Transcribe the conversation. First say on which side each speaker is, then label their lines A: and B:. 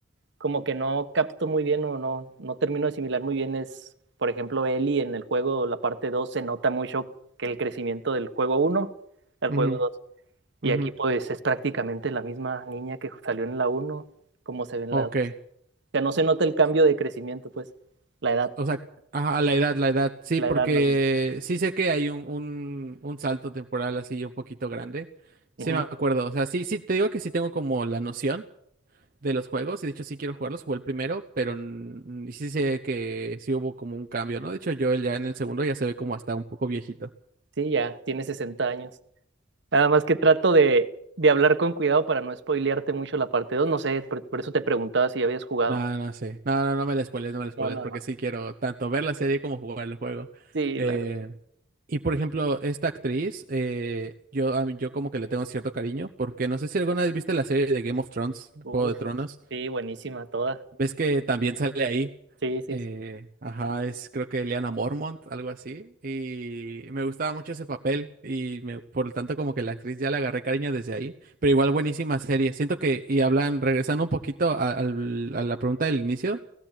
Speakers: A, on the right; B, on the right.
A: como que no capto muy bien o no, no termino de asimilar muy bien es, por ejemplo, Eli en el juego, la parte dos se nota mucho que el crecimiento del juego uno al
B: Ujú,
A: juego dos Y
B: ujú.
A: aquí pues es prácticamente la misma niña que salió en la uno como se ve en
B: Ok.
A: la dos O sea, no se nota el cambio de crecimiento, pues la edad,
B: O sea, ajá, la edad, la edad. Sí,
A: la
B: porque
A: edad más bien.
B: sí sé que hay un, un, un salto temporal así un poquito grande. Sí
A: Ujú.
B: me acuerdo. O sea, sí, sí, te digo que sí tengo como la noción de los juegos. De hecho, sí quiero jugarlos. Jugué el primero, pero mm, sí sé que sí hubo como un cambio, ¿no? De hecho, yo ya en el segundo ya se ve como hasta un poco viejito.
A: Sí, ya, tiene 60 años. Nada más que trato de, de hablar con cuidado para no spoilearte mucho la parte dos No sé, por, por eso te preguntaba si ya habías jugado.
B: No, no sé. No, no, no me la spoiles, no me la spoiles,
A: No, no,
B: porque
A: no.
B: sí quiero tanto ver la serie como jugar el juego.
A: Sí,
B: Eh,
A: la,
B: y por ejemplo, esta actriz, eh, yo, a mí- yo como que le tengo cierto cariño, porque no sé si alguna vez viste la serie de Game of Thrones,
A: Uf,
B: Juego de Tronos.
A: sí, buenísima toda.
B: Ves que también sale ahí.
A: Sí, sí,
B: Eh, ajá, es creo que Lyanna Mormont, algo así. Y me gustaba mucho ese papel. Y me- por lo tanto, como que la actriz ya le agarré cariño desde ahí. Pero igual, buenísima serie. Siento que, y hablan, regresando un poquito a, al- a la pregunta del inicio.